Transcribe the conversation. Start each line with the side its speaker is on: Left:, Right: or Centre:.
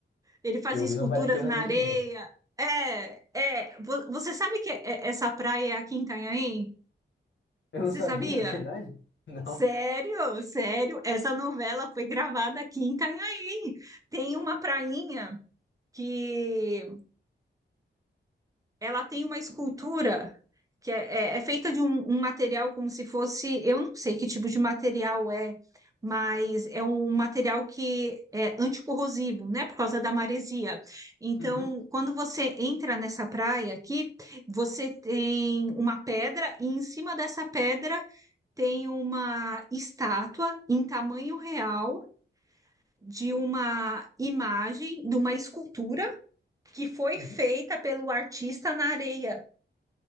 Right: ele fazia
Left: eu
Right: esculturas
Left: vi, não vale a pena
Right: na
Left: ver
Right: areia.
Left: de novo.
Right: É, é, vo- você sabe que é- essa praia é aqui em Itanhaém?
Left: Eu não
Right: Você
Left: sabia,
Right: sabia?
Left: é verdade? <laughs> Não.
Right: Sério, sério, essa novela foi gravada aqui em Itanhaém. Tem uma prainha que ela tem uma escultura que é, é- é feita de um, um material como se fosse, eu não sei que tipo de material é, mas é um material que é anticorrosivo, né, por causa da maresia. Então,
Left: Uhum,
Right: quando você entra nessa praia aqui, você tem uma pedra e em cima dessa pedra tem uma estátua em tamanho real. De uma imagem, de uma escultura que foi
Left: uhum.
Right: feita pelo artista na areia